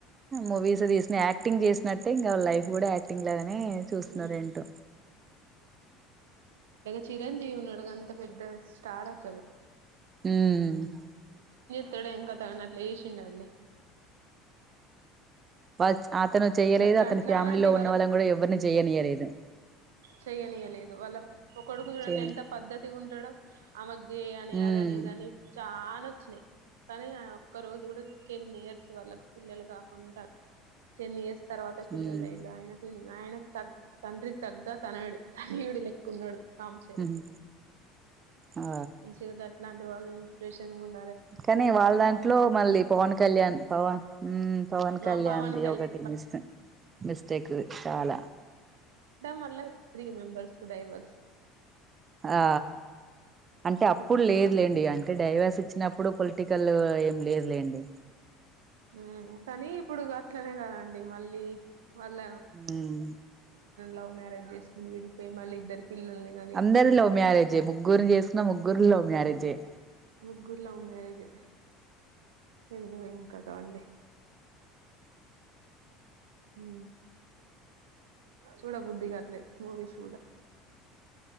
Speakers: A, on the right (about 30°); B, on the right (about 70°).
A: మూవీస్ తీసు యాక్టింగ్ చేసినట్టే ఇంగ వాళ్ళ లైఫ్ కూడా యాక్టింగ్ లాగానే చూస్తున్నారు
B: హ్మ్
A: ఏంటో
B: చీరంజీవి ఉన్నాడు గంత పెద్ద స్టార్ అసలు
A: మ్
B: త్తడో ఎం కతో అని అట్లా చెసిండన్ని
A: బచ్ అతను చెయలేదు
B: అట్లా
A: అతని
B: అట్లానంటి
A: ఫ్యామిలీలో ఉన్న వాళ్ళం కూడా ఎవరిని చేయనీయలేదు
B: చెయనీయలేదు వాళ్ళ ఒకడుకు చూడండి
A: చేయను
B: ఎంత పద్ధతిగా ఉంటడంో ఆమె గే అని
A: ఉమ్
B: అదని ఇదని చె చాలానోచ్చినాయి కానీ ఒక్క రోజు కూడా టెన్ ఇయర్స్ వాళ్ళకు పిల్లలు కాకుంటా టెన్ ఇయర్స్ తర్వాత పిల్లలయిల్లు
A: ఉమ్
B: ఆయనకెన్ నాయకు తగ తండ్రి తగ్గా తనయుడు తనయుడి లెక్కున్నాడు రామ్ చరణ్
A: ఉహు ఆ
B: మంచిగా గట్లాంటి వాళ్ళు ఇన్స్పిరేషన్గ ఉన్
A: కానీ వాళ్ళ దాంట్లో మళ్ళీ పవన్ కళ్యాణ్ పవన్ హు పవన్
B: మా
A: కళ్యాణ్ది
B: పవన్ కళ్యాణ్
A: ఒకటి మిస్ మిస్టేక్ది చాలా
B: మళ్ళ త్రీ మెంబర్స్ కు డైవర్స్
A: ఆ అంటే అప్పుడు
B: అతనిది
A: లేదులేండి
B: కూడా
A: అంటే డైవర్స్ ఇచ్చినప్ ప్పుడు పొలిటికల్ ఏం లేదులేండి
B: హు కానీ ఇప్పుడు అట్లనే కదండి మళ్ళీ వాళ్ళ
A: ఉమ్
B: లవ్ మ్యారేజ్ చేసుకుని విడిపోయి మళ్ళ ఇద్దరు పిల్లల్ని గాని
A: అందరిది మ్యారేజ్ ఏ ముగ్గురుని చేసుకున్న ముగ్గురిది లవ్ మ్యారేజ్ ఏ
B: ముగ్గురు లవ్ మ్యరేజ్ ఏ ఎందుకొ ఏం కతో అండి హు చూడ బుద్ధి కాట్లేదు మూవీస్ కూడా